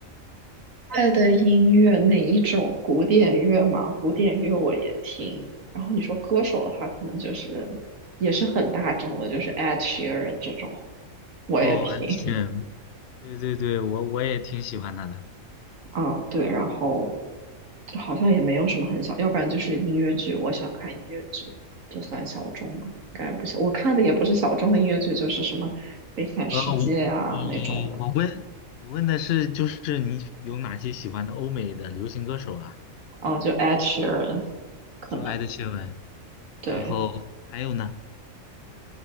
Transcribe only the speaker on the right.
爱的音乐哪一种？古典乐嘛，古典乐我也听。然后你说歌手的话，可能就是也是很大众的，就是 Ed Sheeran 这种我也听。
啊，对，然后就好像也没有什么很小，要不然就是音乐剧，我想看音乐剧，这算小众吗？应该不小，我看的也不是小众的音乐剧，就是什么《悲惨世界》啊那种的。
哦，就 Ed Sheeran 可能
对。